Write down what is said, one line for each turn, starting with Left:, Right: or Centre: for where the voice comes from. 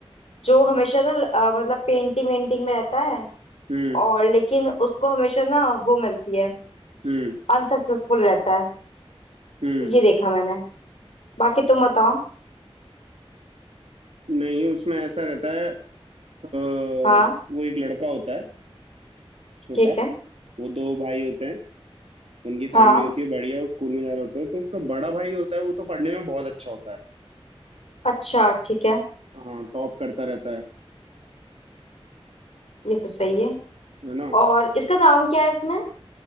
Left: जो हमेशा ना अ, मतलब पेंटिंग वेंटिंग में रहता है
Right: हम्म
Left: और लेकिन उसको हमेशा ना वो मिलती है
Right: हम्म
Left: अनसक्सेसफुल रहता है
Right: हम्म
Left: ये देखा मैंने बाकी तुम बताओ
Right: नहीं उसमें ऐसा रहता है अ, वो
Left: हाँ
Right: एक लड़का होता है छोटा
Left: ठीक है
Right: वो दो भाई होते हैं उनकी फैमिली
Left: हाँ
Right: होती है बढ़िया वो स्कूल में जा रहा होता है तो उसका बड़ा भाई होता है वो तो पढ़ने में बहुत अच्छा होता है
Left: अच्छा ठीक है
Right: हाँ टॉप करता रहता है
Left: ये तो सही है
Right: है ना
Left: और इसका नाम क्या है इसमें